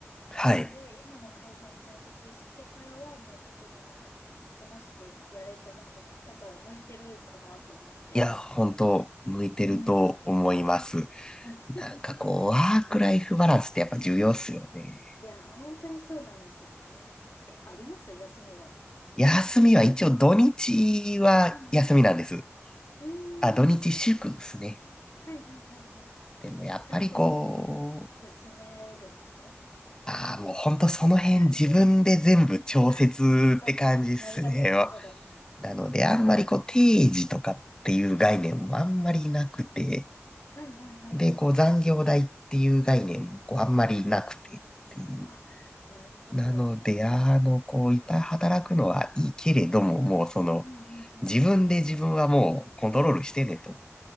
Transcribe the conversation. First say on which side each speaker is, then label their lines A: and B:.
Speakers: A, on the left; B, on the left.
A: はい。
B: なので、今の会社に転職してからは、もう本当になんか、楽しくやれてますね。だから、向いてるかなと思って。
A: いや、本当、向いてると思います。
B: うん。うん <laughs>
A: なんかこう、ワークライフバランスってやっぱ重要っすよね。
B: いや、本当にそうなんですよね。え、あります休みは。
A: 休みは一応土日は休みなんです。
B: うんうんうん。
A: あ、土日祝ですね。
B: うーん。はいはいはいはい。
A: でもやっぱりこう、
B: ちゃんと休めるんですか
A: ああ、もうほんとその辺自分で全部調節って感じっすね。
B: <laughs> あ、そっか。なるほどなるほど。
A: なのであんまりこう定時とかっていう概念もあんまりなくて、
B: はいはいはいはい。
A: で、こう残業代っていう概念もこうあんまりなくてっていう。
B: あ、なるほど。
A: なので、あの、こういっぱい働くのはいいけれども、もうその、
B: うんうんうん。
A: 自分で自分はもうコントロールしてねと。